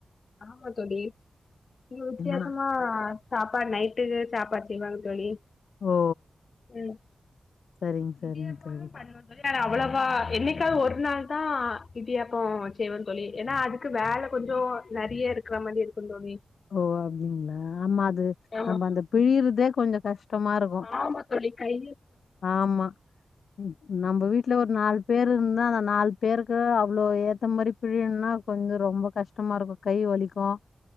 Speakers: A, on the left; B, on the left.
A: ஆமா தோழி இங்க வித்யாசமா
B: என்னா
A: சாப்பாடு நைட்டுக்கு சாப்பாடு செய்வாங்க தோழி
B: ஓ
A: ம்
B: சரிங்க சரிங்க
A: இடியாப்பமு
B: தோழி
A: பண்ணுவோ தோழி நாங்க அவ்வளவா என்னைக்காது ஒரு நாள் தா இடியாப்போ செய்வோ தோழி ஏனா அது க்கு வேல கொஞ்சோ நெறைய இருக்கற மாரி இருக்கு தோழி
B: ஓ அப்டிங்ளா ஆமா அது
A: ஆமா
B: நம்ம அந்த பிழியிறதே கொஞ்சோ கஷ்டமாருக்கு
A: ஆமா தோழி கை
B: ஆமா ம் நம்ப வீட்ல ஒரு நாலு பேர் இருந்தா அந்த நால் பேருக்கு அவ்ளோ ஏத்த மாரி பிழியின்னா கொஞ்சோ ரொம்ப கஷ்டமாருக்கு கை வலிக் கு